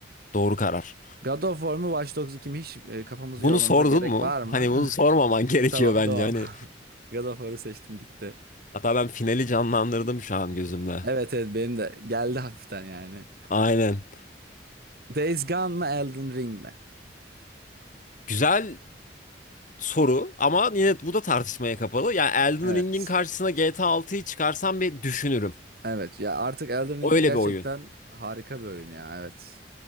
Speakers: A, on the left; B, on the right.
A: Doğru karar.
B: God of War mu Watch Dogs 2 mi hiç e, kafamızı
A: Bunu
B: yormamıza
A: sordun
B: gerek
A: mu?
B: var mı?
A: Hani bunu sormaman
B: <laughs>
A: <laughs> gerekiyor
B: Tamam
A: bence.
B: tamam.
A: Hani
B: <laughs> God of War'ı seçtim gitti.
A: hatta ben finali canlandırdım şu an gözümde.
B: Evet evet benim de geldi hafiften yani.
A: Aynen.
B: Days Gone mı Elden Ring mi?
A: Güzel soru ama yine bu da tartışmaya kapalı. Yani Elden
B: Evet.
A: Ring'in karşısına GTA 6'yı çıkarsam bir düşünürüm.
B: Evet ya artık Elden Ring
A: Öyle
B: gerçekten
A: bir oyun.
B: harika bir oyun ya evet.